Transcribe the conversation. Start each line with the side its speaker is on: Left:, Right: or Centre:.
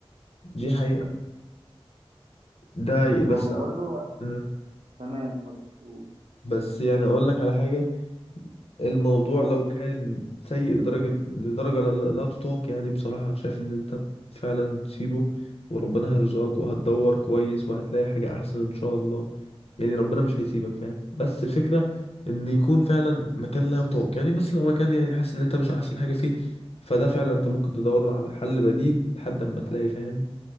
Left: دي حقيقة ده حقيقة.
Right: ما
Left: بس
Right: هو برضو
Left: آه.
Right: تمام اتفضل اوه
Left: بس يعني اقول لك على حاجة الموضوع
Right: أوه.
Left: لو كان سيء لدرجة لدرجة لا, لا لا تطاق يعني بصراحة انا شايف ان انت فعلا تسيبه وربنا هيرزقك وهتدور كويس وهتلاقي حاجة احسن ان شاء الله يعني ربنا مش هيسيبك فاهم بس الفكرة ان يكون فعلا مكان لا يطاق يعني بس لو مكان يعني حاسس ان انت مش احسن حاجة فيه فده فعلا انت ممكن تدور على حل بديل لحد اما تلاقي فاهم